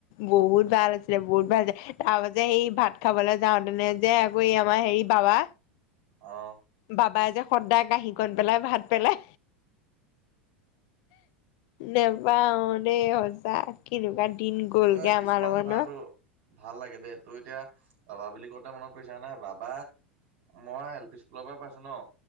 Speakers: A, on the left (about 50°); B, on the right (about 45°).
A: বহুত ভাল আছিলে, বহুত ভাল আছিলে। তাৰপাছ যে সেই ভাত খাবলৈ যাওঁতেনে যে, আকৌ এই আমাৰ হেৰি বাবা
B: অ।
A: বাবাই যে সদায় কাঁহী খন পেলাই, ভাত পেলাই। নেপাহৰোঁ দেই সঁচা, কেনেকুৱা দিন গ'লগে
B: এ
A: আমাৰ
B: কিছুমান
A: লগত
B: কথাটো
A: ন?
B: ভাল লাগে দেই, তোৰ এতিয়া বাবা বুলি কওঁতে মনত পৰিছে হয়নে, বাবাক মই এল পি স্কুলৰ পৰাই পাইছো ন।